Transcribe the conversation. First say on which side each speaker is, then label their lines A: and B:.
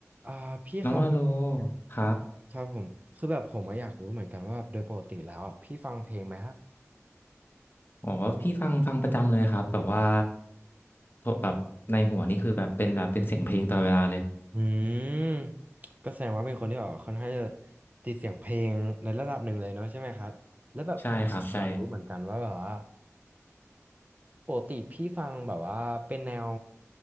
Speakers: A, on the right (about 30°); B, on the left (about 40°).
A: อ่าพี่ครับ
B: น้องว่าโลครับ
A: ครับผมคือแบบผมอะอยากรู้เหมือนกันว่าโดยปกติแล้วอะพี่ฟังเพลงไหมครับ
B: อ๋อพี่ฟังฟังประจำเลยครับแบบว่าโทรแบบในหัวนี่คือแบบเป็นแบบเป็นเสียงเพลงตลอดเวลาเลย
A: อืมก็แสดงว่าเป็นคนที่แบบค่อนข้างจะติดเสียงเพลงในระดับหนึ่งเลยเนาะใช่ไหมครับแล้วแบบอันนี้ผมอยากรู้เหมือนกันว่าแบบว่า
B: ใช่ครับใช่
A: ปกติพี่ฟังแบบว่าเป็นแนว